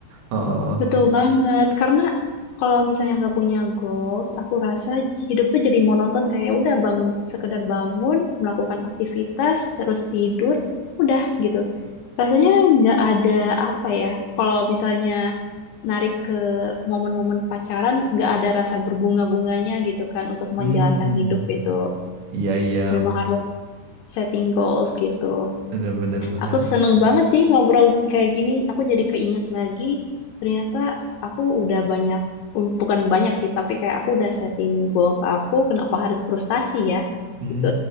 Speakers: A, on the right; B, on the left.
A: Heeh.
B: betul banget. Karena kalau misalnya nggak punya goals, aku rasa hidup tuh jadi monoton kayak udah bangun, sekedar bangun, melakukan aktivitas, terus tidur, udah gitu. Rasanya nggak ada apa ya, kalau misalnya narik ke momen-momen pacaran, nggak ada rasa berbunga-bunganya gitu kan untuk menjalankan
A: Hmm.
B: hidup gitu.
A: Iya iya
B: Memang harus setting goals gitu.
A: benar benar benar.
B: Aku seneng banget sih ngobrol kayak gini. Aku jadi keinget lagi, ternyata aku udah banyak, u- bukan banyak sih, tapi kayak aku udah setting goals aku, kenapa harus frustasi ya
A: Hmm,
B: gitu.